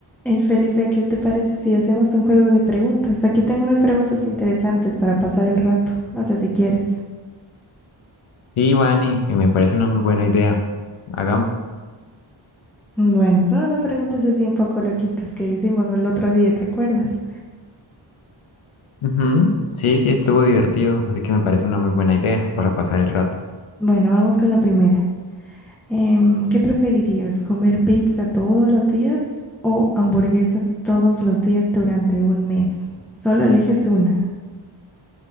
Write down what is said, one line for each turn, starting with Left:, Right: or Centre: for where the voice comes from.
Centre: Hey Felipe, ¿qué te parece si hacemos un juego de preguntas? Aquí tengo unas preguntas interesantes para pasar el rato. No sé si quieres.
Left: Sí, Vane, que me parece una muy buena idea. Hagámoslo.
Centre: Bueno, son unas preguntas así un poco loquitas que hicimos el otro día, ¿te acuerdas?
Left: Ujú. Sí, sí, estuvo divertido, así que me parece una muy buena idea para pasar el rato.
Centre: Bueno, vamos con la primera. Em, ¿qué preferirías? ¿Comer pizza todos los días o hamburguesas todos los días durante un mes? Solo eliges una.